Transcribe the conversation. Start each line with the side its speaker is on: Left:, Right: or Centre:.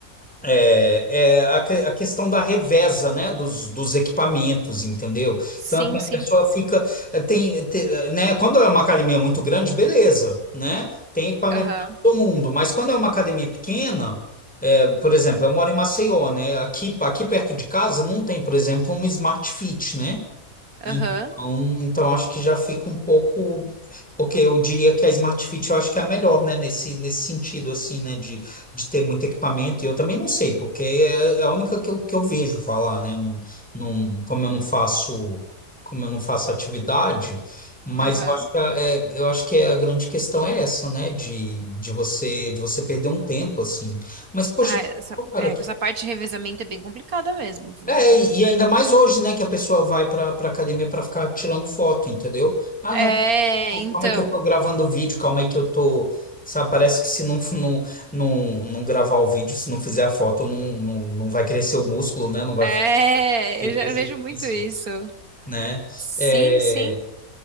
Centre: É, é a, que- a questão da reveza, né, dos, dos equipamentos, entendeu?
Right: Sim,
Centre: Então, assim, a
Right: sim.
Centre: pessoa fica, eh, tem, te- né, quando é uma academia muito grande, beleza, né, tem equipamento
Right: Aham.
Centre: para todo mundo, mas quando é uma academia pequena, eh, por exemplo, eu moro em Maceió, né, aqui, aqui perto de casa não tem, por exemplo, uma Smart Fit, né,
Right: Aham.
Centre: então, então acho que já fica um pouco, porque eu diria que a Smart Fit eu acho que é a melhor, né, nesse, nesse sentido, assim, né, de, de ter muito equipamento, e eu também não sei, porque é é a única que eu, que eu vejo falar, né, não, não, como eu não faço, como eu não faço atividade, mas
Right: Aham.
Centre: eu acho que a, é, eu acho que é, a grande questão é essa, né, de, de você, de você perder um tempo, assim, mas, poxa,
Right: Ah, essa,
Centre: cara,
Right: é, essa parte de revezamento é bem complicada mesmo, viu?
Centre: é, e e ainda mais hoje, né, que a pessoa vai para para academia para ficar tirando foto, entendeu? Ah,
Right: É,
Centre: não,
Right: então.
Centre: calma aí que eu tô gravando o vídeo, calma aí que eu tô, sabe, parece que se não <laughs> não, não, não gravar o vídeo, se não fizer a foto, não, não, não vai crescer o músculo, né? Não vai
Right: É,
Centre: fazer exercício,
Right: eu já vejo muito isso.
Centre: né?
Right: Sim,
Centre: É,
Right: sim.